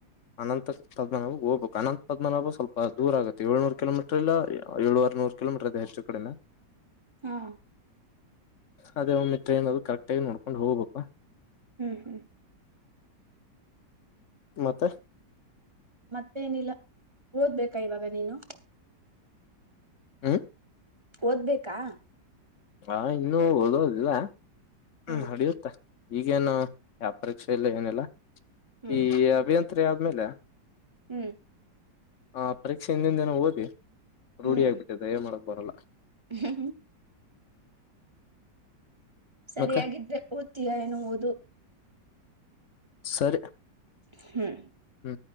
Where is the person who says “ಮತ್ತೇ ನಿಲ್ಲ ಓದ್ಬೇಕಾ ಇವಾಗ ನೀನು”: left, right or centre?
Right